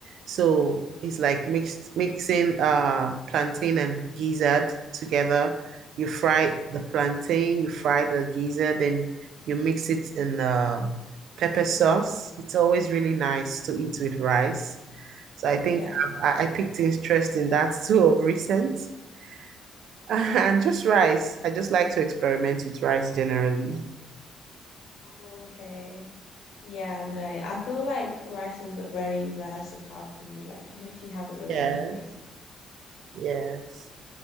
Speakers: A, on the right; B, on the left.
A: So it's like mixed mixing uh plantain and gizzard together. You fry the plantain, you fry the gizzard, then you mix it in uh pepper sauce. It's always really nice to eat with rice. So I think
B: Yeah.
A: I, I picked interest in that <laughs> too of recent. <laughs> And just rice. I just like to experiment with rice generally.
B: Oh, okay. Yeah, no, I feel like rice is a very versatile food. Like you can literally have it with
A: Yes,
B: anything.
A: yes.